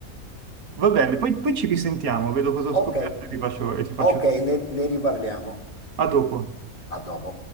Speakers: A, on the right; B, on the left.
A: va bene, poi, poi ci risentiamo, vedo cosa ho
B: Ok,
A: scoperto e ti faccio, e ti faccio...
B: ok,
A: sapere.
B: ne ne riparliamo.
A: A dopo.
B: A dopo.